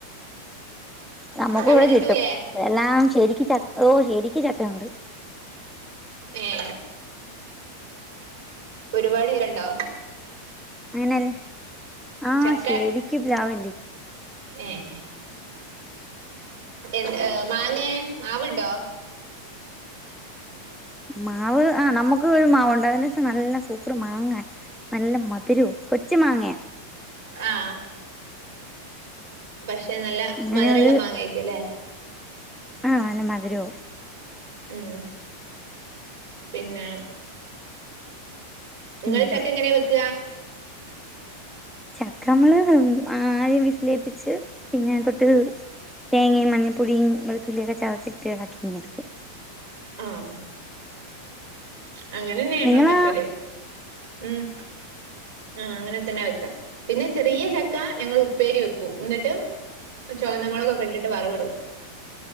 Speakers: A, in the centre; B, on the right.
A: നമ്മക്കുവ്ടെ
B: അവിടെ കിട്ടൂലേ
A: കിട്ടും എല്ലാം ശരിക്ക് ചക്കോ ശരിക്ക് ചക്ക യൊണ്ട്
B: ഏഹ് ഒരുപാടീറണ്ടോ
A: അങ്ങനെൻ ആഹ്
B: ചക്ക
A: ശരിക്ക് പ്ലാവിണ്ട്
B: ഏഹ് എന്ത് മാങ്ങേ മാവ്ണ്ടോ
A: മാവ് ആഹ് നമുക്ക് ഒരു മാവുണ്ട് <unintelligible> നല്ല സൂപ്പർ മാങ്ങായ നല്ല മധുരോ കൊച്ച് മാങ്ങയ
B: ആഹ് പക്ഷെ നല്ല
A: അങ്ങനെ
B: മധുരള്ള
A: അത്
B: മാങ്ങ യ് ക്കും ല്ലേ
A: ആഹ് നല്ല മധുരവു
B: ഉം പിന്നെ ഇങ്ങള്
A: ഉം
B: ചക്കങ്ങനെ വെക്ക
A: ചക്കമ്മള് ആദ്യം വിസിലിളിപ്പിച്ച് പിന്നെ തൊട്ട് തേങ്ങിം മഞ്ഞ പൊടീം വെളു തുള്ളിയൊക്കെ ചതച്ചിട്ടി ഇളക്കി ങ്ങെടുക്കും
B: ആഹ് അങ്ങനെന്നെ ഞങ്ങൾ
A: നിങ്ങളാ
B: വെക്കല് ഉം ആഹ് അങ്ങനെ തന്നെ വെക്കാ പിന്നെ ചെറിയ ചക്ക ഞങ്ങള് ഉപ്പേരി വെക്കും ന്നിട്ട് ചൊവന്നമൊളകൊക്കെട്ടിട്ട് വറവ്ടും